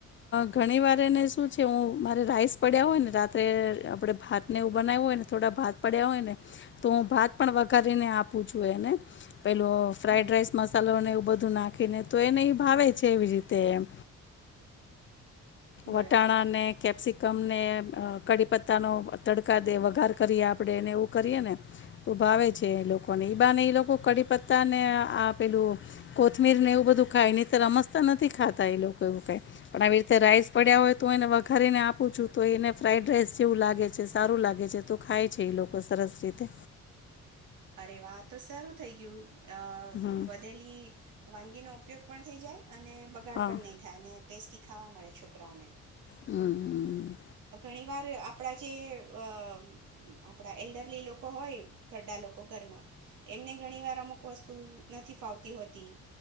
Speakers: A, on the left (about 40°); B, on the right (about 80°).
A: ઘણી વાર એને શું છે હું મારે રાઈસ પડ્યા હોયને રાત્રે આપણે ભાત ને એવું બનાવું હોયને થોડા ભાત પડ્યા હોયને, તો હું ભાત પણ વઘારીને આપું છું એને. પેલું ફ્રાઇડ
B: હમ
A: રાઈસ મસાલોને એ બધું નાખીને તો એને એ ભાવે છે એવી જ રીતે એમ.
B: બરાબર
A: વટાણા અને કેપ્સિક તમને કડીપત્તા નો તડકા દે વઘાર કરીએ આપડે ને એવું કરીએ ને, તો ભાવે છે એ લોકોને ઈ બા ને એ લોકો કડીપત્તા ને આ પેલું, કોથમીર ને એવું બધું ખાય ની તો અમસ્તા નથી ખાતા એ લોકો એવું કઈ, પણ આવી રીતે રાઈસ પડ્યા હોય તો એને વઘારીને આપું છું તો એને ફ્રાઈડ રાઈસ જેવું લાગે છે સારું લાગે છે તો ખાય છે એ લોકો સરસ રીતે.
B: અરે વાહ આ તો શારું થઈ ગયું. અ
A: હમ
B: વધેલી. વાનગીનો ઉપયોગ પણ થઈ જાય. અને બગાડ
A: હા
B: પણ નહીં થાય ને. ટેસ્ટી ખાવા મળે છોકરાઓને.
A: હમ્મ.
B: ઘણી વાર આપણા જે અ આપણા એલ્ડરલી લોકો હોય ઘરડા લોકો ઘરમાં એમને ઘણી વાર અમુક વસ્તુ નથી ફાવતી હોતી,